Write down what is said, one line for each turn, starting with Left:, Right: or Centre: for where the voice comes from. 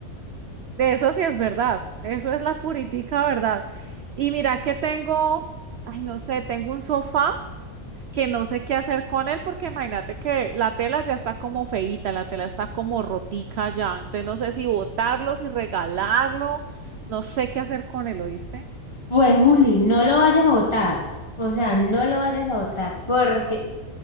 Right: Eso sí es verdad, eso es la puritica verdad. Y mira que tengo, ay, no sé, tengo un sofá que no sé qué hacer con él porque imagínate que la tela ya está como feíta, la tela está como rotica ya, entonces no sé si botarlo, si regalarlo, no sé qué hacer con él, ¿oíste?
Left: Pues Juli, no lo vayas a botar, o sea, no lo vayas a botar porque